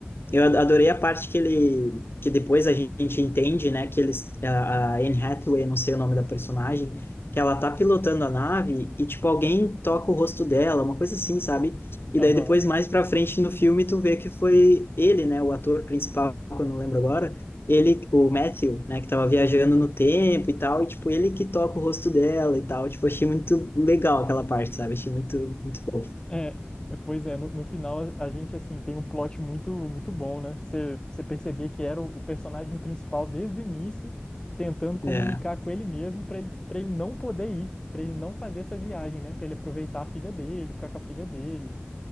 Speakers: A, on the left; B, on the left.
A: eu ad- adorei a parte que ele, que depois a gente entende, né, que eles, a a Anne Hathaway, não sei o nome da personagem, que ela tá pilotando a nave e, tipo, alguém toca o rosto dela, uma coisa assim, sabe? E
B: Aham.
A: daí depois, mais pra frente no filme, tu vê que foi ele, né, o ator principal, que eu não lembro agora, ele, o Matthew, né, que tava viajando no tempo e tal, e, tipo, ele que toca o rosto dela e tal, tipo, achei muito legal aquela parte, sabe? Achei muito, muito fofo.
B: É, é, pois é, no, no final a, a gente, assim, tem um plot muito, muito bom, né? Você você perceber que era o, o personagem principal desde o início, tentando comunicar
A: É,
B: com ele mesmo para ele, para ele não poder ir, para ele não fazer essa viagem, né? Para ele aproveitar a filha dele, ficar com a filha dele.